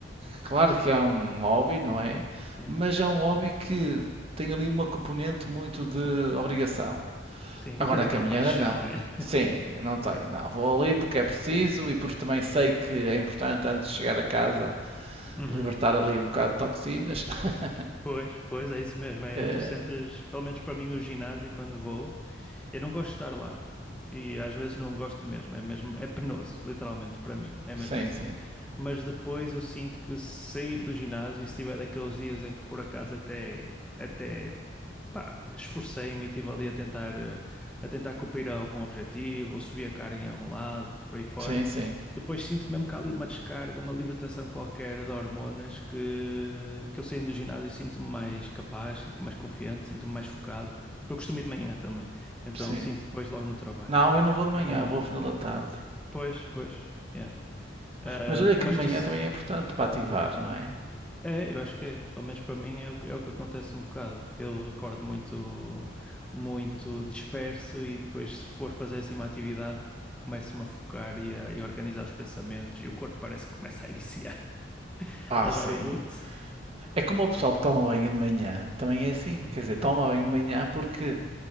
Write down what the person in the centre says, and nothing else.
Sim,
sim,
sim. Não
tens aquela
paixão,
né?
<laughs>
Sim.
Uhum.
Pois, pois, é isso mesmo. É,
tu sentes, pelo menos para mim, o ginásio quando vou. Eu não gosto de estar lá. E às vezes não gosto mesmo, é mesmo, é penoso, literalmente, para mim, é mesmo
assim.
Mas depois eu sinto que se sair do ginásio, e se tiver daqueles dias em que por acaso até, até pá, esforcei-me e estive ali a tentar, eh, a tentar cumprir algum objetivo, ou subir a carga em algum lado, por aí fora.
Depois sinto mesmo que há ali uma descarga, uma libertação qualquer de hormonas que, que eu saindo do ginásio e sinto-me mais capaz, sinto-me mais confiante, sinto-me mais focado, porque eu costumo ir de manhã também, então
sinto depois logo no trabalho.
Ahm,
pois, pois, yeah. Ahm,
mas
tu,
É, eu acho que é. Pelo menos para mim é o, é o que acontece um bocado. Eu acordo muito, muito disperso e depois, se for fazer assim uma atividade, começo-me a focar e a, e a organizar os pensamentos e o corpo parece que começa a iniciar, <laughs>
a
dar o boot.
Uhum.